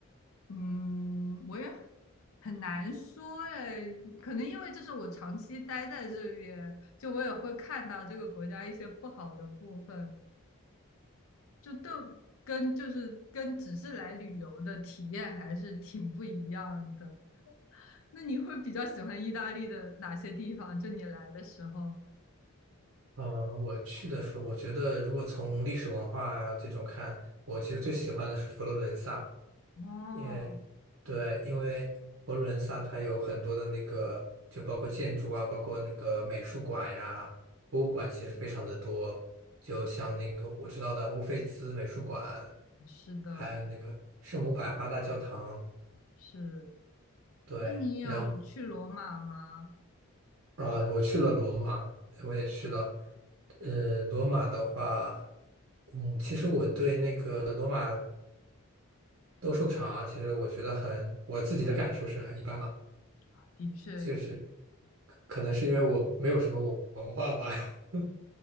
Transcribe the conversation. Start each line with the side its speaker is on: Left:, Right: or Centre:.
Left: 嗯，我也很难说诶，可能因为这是我长期待在这边，就我也会看到这个国家一些不好的部分，就都跟就是跟只是来旅游的体验还是挺不一样的。那你会比较喜欢意大利的哪些地方？就你来的时候，
Right: 嗯、我去的时候，我觉得如果从历史文化这种看，我其实最喜欢的是佛罗伦萨，
Left: 哦，
Right: 因为对，因为佛罗伦萨它有很多的那个，就包括建筑啊，包括那个美术馆呀、博物馆，其实非常的多。就像那个我知道的乌菲兹美术馆，
Left: 是的，
Right: 还有那个圣母百花大教堂。
Left: 是。
Right: 对，
Left: 那你有去罗马吗？
Right: 然后啊，我去了罗马，我也去了。呃，罗马的话，嗯，其实我对那个罗马斗兽场啊，其实我觉得很，我自己的感受是很一般了。
Left: 啊，的确，
Right: 就是。可能是因为我没有什么文文化吧。<laughs>